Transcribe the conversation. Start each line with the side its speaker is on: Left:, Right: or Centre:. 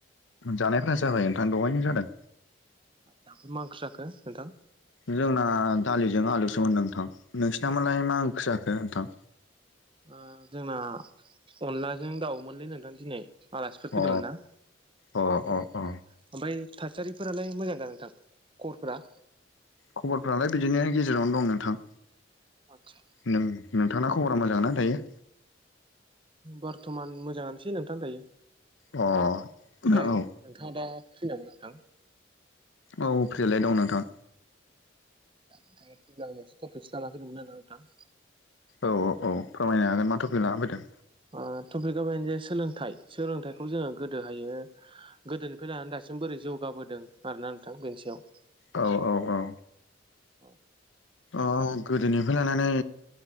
Left: जानायफोरा जाबाय नोंथां दहायनो जादों।
Right: दाथ मा ओंख्रि जाखो नोंथां?
Left: जोंना दालिजों आलुसोमोन नोंथां। नोंसिनामालाय मा ओंख्रि जाखो नोंथां?
Right: ओ जोंना अनलाजों दाउमोनलै नोंथां दिनै आलासिफोर
Left: अ
Right: फैदोंमोन ना।
Left: अ अ
Right: ओमफ्राय
Left: अ
Right: थासारिफोरालाय मोजांदा नोंथां खबरफोरा?
Left: खबरफ्रालाय बिदिनो गेजेरावनो दं नोंथां।
Right: आतसा।
Left: नों नोंथांना खबरा मोजां ना दायो?
Right: बर्थमान मोजाङानोसै नोंथां दायो।
Left: अ
Right: ओमफ्राय
Left: औ
Right: नोंथाङा दा फ्रि नामा नोंथां?
Left: औ फ्रिआलाय दं नोंथां।
Right: आं मोनसेटपिकसो लाना फैदोंमोन आरो नोंथां
Left: औ औ औ फोरमायनो हागोन माथ'फि लाना फैदों।
Right: आं टपिकआ बेनो जे सोलोंथाइ सोलोंथाइखौ जोङो गोदोहायो गोदोनिफ्राय लानानै दा दासिम बोरै जौगाबोदों आरोना नोंथां बेनि सायाव।
Left: औ औ। औ औ।
Right: औ
Left: ओं गोदोनिफ्राय लानानै